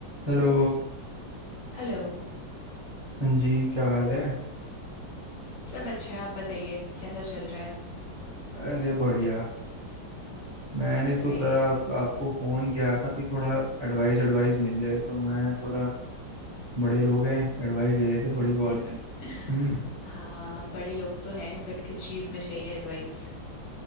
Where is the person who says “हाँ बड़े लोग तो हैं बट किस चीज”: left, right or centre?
Left